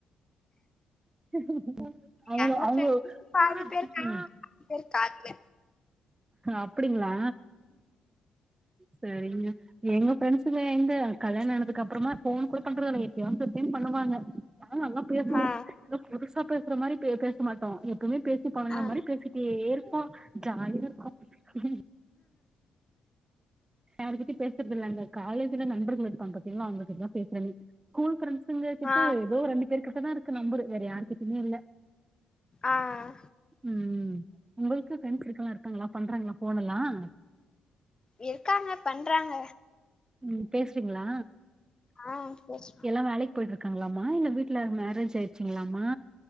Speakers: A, on the right; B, on the left.
A: <unintelligible> அவுங்க
B: கேங்க
A: அவுங்க
B: ஃப்ரெண்ட்ஸ் பாதி பேர் கை பாதி பேர் கால்ல
A: அப்டிங்ளா செரிங்க எங்க ஃப்ரெண்ட்ஸுங்க எங்க கல்யாண ஆனதகு அப்றமா ஃபோன் கூட பண்றதல்ல எப்பப்ப பண்ணுவாங்க ஆன நல்லா பேசுவோ
B: ஆ
A: ஏ புதுசா பேசுற மாரி பே பேச மாட்டோ எ எப்வுமே பேசி பழகன
B: ஆ
A: மாரி பேசிடே இருபோ <unintelligible> அத பத்தி பேசறதில்ங்க காலேஜ்ல நண்பர்கள் இருபாங்‌ பாத்தீங்ளா அவங்ககிட்டதா பேஸ்ரனே ஸ்கூல் ஃப்ரெண்ட்ஸ் <unintelligible>
B: ஆ
A: இதோ ரண்டு பேர்கிட்டதா இருக் க்கு நம்பரு வேற யாருகிட்டைமே இல்ல
B: ஆஹ்
A: உம்ம் உங்களுக்கு பிரின்ட்ஸ் சர்க்கள் இருக்காங்களா பண்றாங்களா போனலாம்
B: எதுக்காங்க பண்றாங்க
A: ம் பேசுறீங்களா
B: ஆ பேசுறோ
A: எல்லா வேலைக் போயிட்டு இருக்காங்களாமா இல்ல வீட்ல மேரேஜ் ஆயிடுச்சுங்களாமா